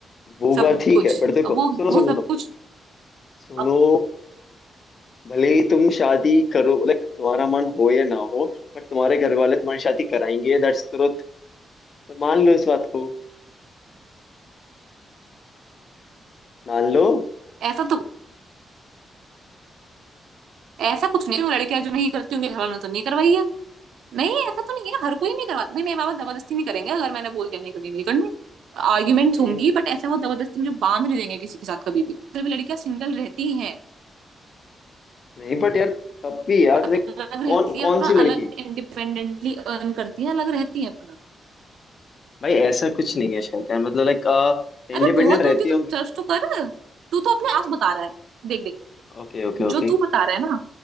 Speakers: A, on the left; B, on the right.
A: वो
B: सब
A: बात ठीक
B: कुछ
A: है बट देखो
B: अब वो
A: सुनो सुनो
B: वो सब
A: सुनो
B: कुछ
A: सुनो
B: अब
A: भले ही तुम शादी करो लाइक तुम्हारा मन हो या ना हो पर तुम्हारे घर वाले तुम्हारी शादी कराएंगे दैट्स ट्रुथ तो मान लो इस बात को मान लो
B: ऐसा तो ऐसा कुछ नहीं है, लड़कियां जो नहीं करती उनके घर वालों ने तो नहीं करवाई है नहीं ऐसा तो नहीं है हर कोई नहीं करवाता भाई मेरे माँ बाप जबरदस्ती नहीं करेंगे अगर मैंने बोल दिया नहीं करनी नहीं करनी आर्ग्यूमेंट्स
A: नहीं
B: होंगी बट ऐसे वो जबरदस्ती मुझे बांध नहीं देंगे किसी के साथ कभी भी फिर भी लड़कियां सिंगल रहती हैं
A: नहीं बट यार तब भी यार
B: अलग
A: लाइक
B: रहती
A: कौन कौन
B: है अपना
A: सी लड़की
B: अलग इंडिपेंडेंटली अर्न करती है अलग रहती है अपना
A: भाई ऐसा कुछ नहीं है शैतान मतलब लाइक
B: अरे
A: इंडिपेंडेंट
B: बहुत
A: रहती
B: होती है तू सर्च तो कर तू तो अपने आस बता रहा है देख देख
A: Okay okay okay
B: जो तू बता रहा है ना